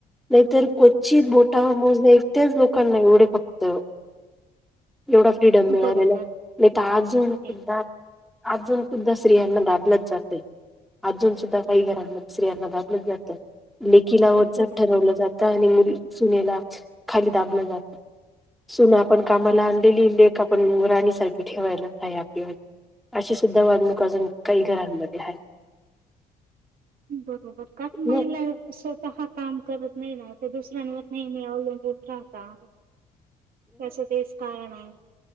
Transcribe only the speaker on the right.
बरोबर
ते
बरोबर
बरोबर काच महिला
स्वतः काम करत नाही ना ते दुसऱ्यांवर नेहमी अवलंबून राहता कस तेच कळणा